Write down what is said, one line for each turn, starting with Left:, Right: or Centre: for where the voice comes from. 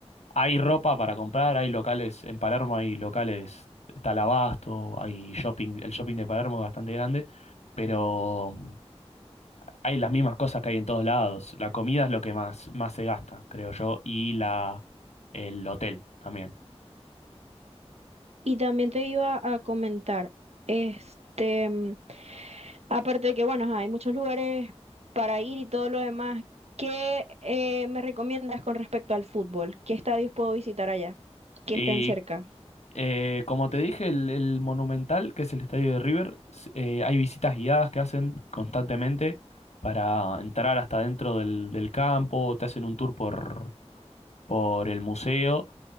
Left: hay ropa para comprar, hay locales, en Palermo hay locales, está el Abasto, hay shopping, el shopping de Palermo es bastante grande, pero hay las mismas cosas que hay en todos lados. La comida es lo que más, más se gasta, creo yo, y la, el hotel también.
Right: Y también te iba a comentar, este, mm, Aparte de que, bueno, ajá, hay muchos lugares para ir y todo lo demás. ¿Qué eh, me recomiendas con respecto al fútbol? ¿Qué estadios puedo visitar allá que
Left: Y
Right: estén cerca?
Left: eh, como te dije, el, el Monumental, que es el estadio de River, s- eh, hay visitas guiadas que hacen constantemente para entrar hasta dentro del, del campo, te hacen un tour por, por el museo